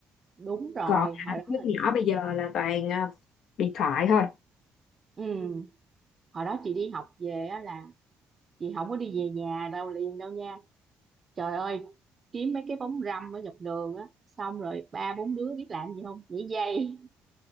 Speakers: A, on the right; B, on the left.
A: đúng rồi
B: còn hả
A: hồi đó
B: đứa
A: là
B: nhỏ bây giờ là toàn à, điện thoại thôi
A: ừ, hồi đó chị đi học về á là chị không có đi về nhà đâu liền đâu nha trời ơi kiếm mấy cái bóng râm ở dọc đường á xong rồi ba bốn đứa biết làm gì không nhảy dây